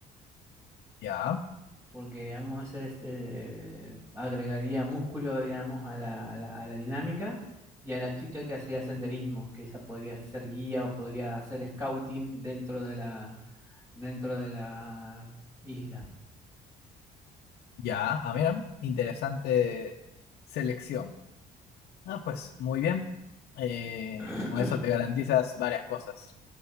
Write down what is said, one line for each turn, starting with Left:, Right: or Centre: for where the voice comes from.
Left: ya,
Right: porque digamos es, eh, agregaría músculo, digamos, a la, a la, a la dinámica y a la chica que hacía senderismo, que ella podría ser guía o podría hacer scouting dentro de la, dentro de la isla.
Left: ya. Ah, mira, interesante selección. Ah, pues, muy bien. Eh,
Right: <coughs>
Left: con eso te garantizas
Right: <clears throat>
Left: varias cosas.